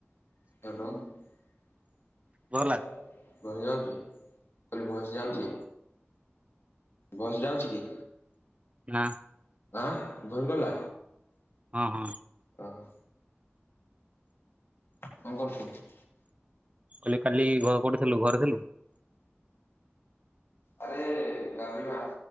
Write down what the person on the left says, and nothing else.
<inaudible>
ବସ୍ ଯାଉଚି ମୁଁ କହିଲି ବସ୍ ଯାଉଚି ବସ୍ ଯାଉଚି କି?
ଆ ଦହି ଗଲା
ଓହୋ। କଣ କରୁଚୁ?
ଆରେ କାଲିବା